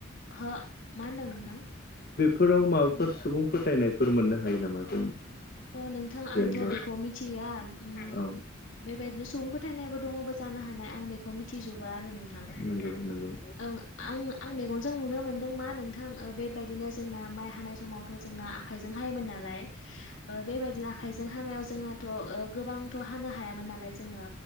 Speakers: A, on the left (about 75°); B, on the left (about 50°).
A: हो मा होनदों नोंथां?
B: बेफोराव माबाफोर सुबुं फोथायनायफोर मोननो हायो नामा जों?
A: अ नोंथां
B: जेनेबा
A: आंथ' बेखौ मिथिया उम
B: औ
A: बे बेबायदिनो सुबुं फोथायनायबो दङबो जानो हानाय आं बेखौ मिथिजोबा आरो नोंथां
B: नंगौ नंगौ
A: ओं आं आं मेगनजों नुनो मोन्दों मा नोंथां बेबायदिनो जोंना माइ हानाय समावथ' जोंना आखाइजों हा योमोन नालाय बेबायदिनो आखायजों हानायाव जोंनाथ' गोबांथ' हानो हायामोन नालाय जो ङो